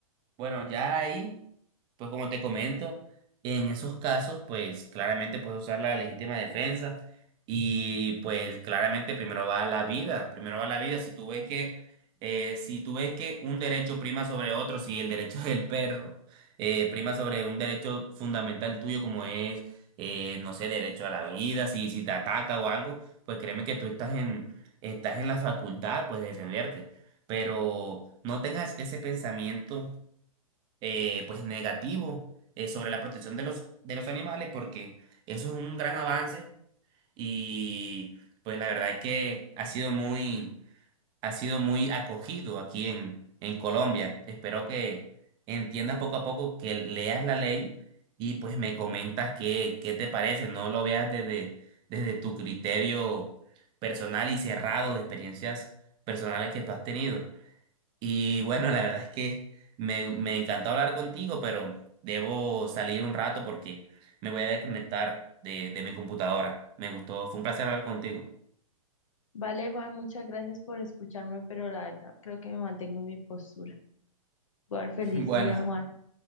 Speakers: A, on the right (about 25°); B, on the left (about 60°).
A: bueno, ya ahí. Pues como te comento, en esos casos, pues claramente puedes usar la legítima defensa y pues claramente primero va la vida, primero va la vida. Si tú ves que, eh, si tú ves que un derecho prima sobre otro, si el derecho <laughs> del perro eh, prima sobre un derecho fundamental tuyo como es, eh, no sé, derecho a la vida, si, si te ataca o algo, pues créeme que tú estás en, estás en la facultad, pues de defenderte. Pero no tengas ese pensamiento eh, pues negativo eh, sobre la protección de los, de los animales porque eso es un gran avance y pues la verdad es que ha sido muy, ha sido muy acogido aquí en, en Colombia. Espero que entiendas poco a poco, que leas la ley y pues me comentas qué, qué te parece, no lo veas desde, desde tu criterio personal y cerrado de experiencias personales que tú has tenido. Y bueno, la verdad es que me, me encantó hablar contigo, pero debo salir un rato porque me voy a desconectar de, de mi computadora. Me gustó, fue un placer hablar contigo. <laughs>
B: Vale, Juan, muchas gracias por escucharme, pero la verdad creo que me mantengo en mi postura. Igual feliz
A: Bueno,
B: día, Juan.